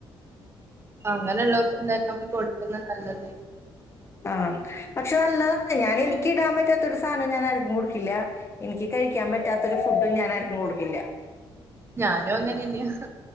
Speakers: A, on the right; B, on the left.
A: അങ്ങനെയുള്ളോർക്കെന്തായാലും നമ്മള് കൊടുക്കുന്ന നല്ലത്.
B: ആഹ് പക്ഷെ നല്ലതാണ്. ഞാനെനി ഇക്കിടാൻപറ്റാത്തൊരു സാനും ഞാനാര്ക്കും കൊടുക്കില്ല. എനിക്ക് കഴിക്കാം പറ്റാത്തൊരു ഫുഡും ഞാനാര്ക്കും കൊടുക്കി ഇല്ല്യ.
A: ഞാനും അങ്ങനെന്യാ.